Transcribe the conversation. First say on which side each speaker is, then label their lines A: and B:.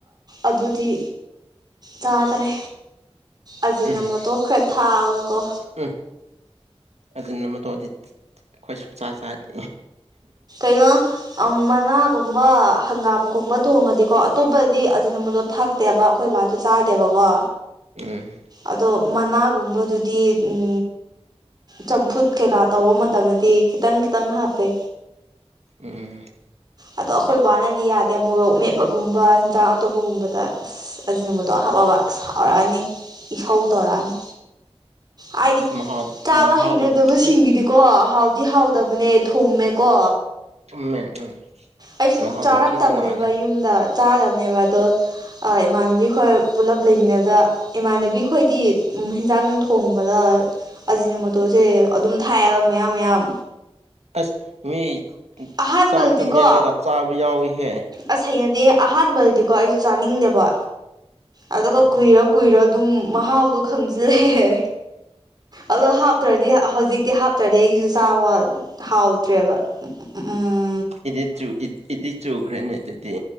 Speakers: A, on the right (about 40°); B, on the right (about 85°).
A: ꯑꯗꯨꯗꯤ ꯆꯥꯗ꯭ꯔꯦ ꯑꯖꯤꯅ
B: ꯎꯝ
A: ꯃꯣꯠꯇꯣ ꯈꯔ ꯊꯥꯛꯑꯕꯀꯣ
B: ꯎꯝ ꯑꯖꯤꯅ ꯃꯣꯠꯇꯣꯗꯤ ꯑꯩꯈꯣꯏ ꯁꯨꯡꯆꯥ ꯆꯥꯗꯦ
A: ꯀꯩꯅꯣ ꯃꯅꯥꯒꯨꯝꯕ ꯍꯪꯒꯥꯝꯒꯨꯝꯕ ꯊꯣꯡꯉꯗꯤꯀꯣ ꯑꯇꯣꯞꯄꯗꯗꯤ ꯑꯖꯤꯅ ꯃꯣꯠꯇꯣ ꯊꯥꯛꯇꯦꯕ ꯑꯩꯈꯣꯏ ꯕꯥꯁꯨ ꯆꯥꯗꯦꯕꯀꯣ
B: ꯎꯝ
A: ꯑꯗꯣ ꯃꯅꯥꯒꯨꯝꯕꯗꯨꯗꯤ ꯎꯝ ꯆꯝꯐꯨꯠ ꯀꯩꯀꯥ ꯇꯧꯕ ꯃꯇꯝꯗꯗꯤ ꯈꯤꯇꯪ ꯈꯤꯇꯪ ꯍꯥꯞꯄꯦ
B: ꯎꯝ
A: ꯑꯗꯣ ꯑꯩꯈꯣꯏ ꯕꯥꯅꯗꯤ ꯌꯥꯗꯦ ꯃꯣꯔꯣꯛ ꯃꯦꯠꯄꯒꯨꯝꯕ ꯍꯟꯖꯥꯡ ꯑꯇꯣꯞꯄꯒꯨꯝꯕꯗ ꯑꯁ ꯑꯁ ꯑꯖꯤꯅ ꯃꯣꯠꯇꯣꯗꯨ ꯍꯥꯞꯄꯕ ꯁꯥꯎꯔꯛꯑꯅꯤ ꯏꯁꯧ ꯇꯧꯔꯛꯑꯅꯤ ꯍꯥꯏꯗꯤ
B: ꯑꯁ ꯃꯍꯥꯎ
A: ꯆꯥꯕ
B: ꯃꯍꯥꯎꯗꯣ
A: ꯍꯩꯅꯗꯕꯁꯤꯡꯒꯤꯗꯤꯀꯣ
B: ꯊꯤ
A: ꯍꯥꯎꯗꯤ ꯍꯥꯎꯗꯕꯅꯦ ꯊꯨꯝꯃꯦꯀꯣ
B: ꯊꯨꯝꯃꯦ ꯎꯝ
A: ꯑꯩꯁꯨ
B: ꯃꯍꯥꯎꯗꯣ
A: ꯆꯥꯔꯛꯇꯕꯅꯦꯕ
B: ꯊꯤ ꯇꯣꯡꯉꯥꯜꯂꯦ
A: ꯌꯨꯝꯗ ꯆꯥꯗꯕꯅꯦꯕ ꯑꯗꯣ ꯑꯤꯏ ꯏꯃꯥꯟꯅꯕꯤ ꯈꯣꯏ ꯄꯨꯜꯂꯞ ꯂꯩꯃꯤꯟꯅꯕꯗ ꯏꯃꯥꯟꯅꯕꯤ ꯈꯣꯏꯗꯤ ꯎꯝ ꯍꯤꯟꯖꯥꯡ ꯊꯣꯡꯕꯗ ꯑꯖꯤꯅ ꯃꯣꯠꯇꯣꯁꯦ ꯑꯗꯨꯝ ꯊꯥꯛꯑꯦꯕ ꯃꯌꯥꯝ ꯃꯌꯥꯝ
B: ꯑꯁ ꯃꯤ
A: ꯑꯍꯥꯟꯕꯗꯗꯤꯀꯣ
B: ꯆꯥꯛꯇ ꯃꯦꯜꯂꯒ ꯆꯥꯕ ꯌꯥꯎꯋꯤꯍꯦ
A: ꯑꯁ ꯍꯩꯅꯗꯦ ꯑꯍꯥꯟꯕꯗꯤꯀꯣ ꯑꯩꯁꯨ ꯆꯥꯅꯤꯡꯗꯦꯕ ꯑꯗꯨꯒ
B: ꯎꯝ
A: ꯀꯨꯏꯔ ꯀꯨꯏꯔ ꯑꯗꯨꯝ ꯃꯍꯥꯎꯗꯣ ꯈꯪꯖꯤꯜꯂꯦ ꯑꯗꯣ ꯍꯥꯞꯇ꯭ꯔꯗꯤ ꯍꯧꯖꯤꯛꯇꯤ ꯍꯥꯞꯇ꯭ꯔꯗꯤ ꯑꯩꯖꯨ ꯆꯥꯕ ꯍꯥꯎꯇ꯭ꯔꯦꯕ ꯎꯝ
B: ꯏꯗꯤꯛ ꯆꯨ ꯏꯗꯤꯛ ꯆꯨꯈ꯭ꯔꯦꯅꯦ ꯑꯗꯨꯗꯤ